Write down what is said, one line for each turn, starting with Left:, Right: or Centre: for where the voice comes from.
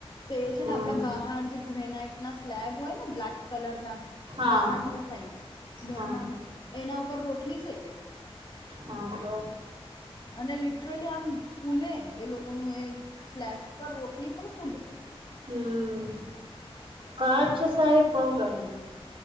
Left: તો એ છે
Right: હમ
Left: ને આપણા બહાર જે ગ્રેનાઈટના સ્લેબ હોય ને બ્લેક કલર ના
Right: હા
Left: બહારની સાઈડ, ઘરમાંની,
Right: હા
Left: એના ઉપર રોટલી સેકે.
Right: હા, તો.
Left: અને લિટરલી આમ ફૂલે એ લોકો એ સ્લેબ પર રોટલી પણ ફુલે.
Right: હમ્મ, કાછ સાહેબ <unintelligible>